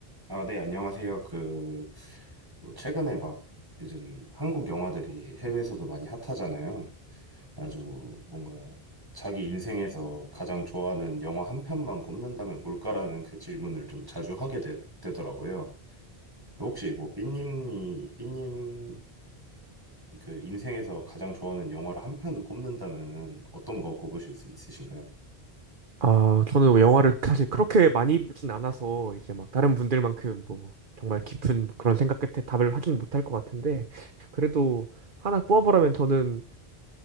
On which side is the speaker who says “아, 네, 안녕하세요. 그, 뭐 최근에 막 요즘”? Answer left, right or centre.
Right